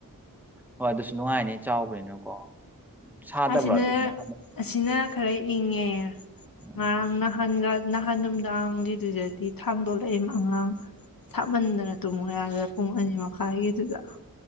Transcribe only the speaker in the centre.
ꯍꯣꯏ ꯑꯗꯨꯁꯨ ꯅꯨꯡꯉꯥꯏꯅꯤ ꯆꯥꯎꯕꯅꯤꯅꯀꯣ ꯁꯥꯗꯕ꯭ꯔꯥ
ꯑꯗꯨ ꯃꯈꯥ
ꯎꯝ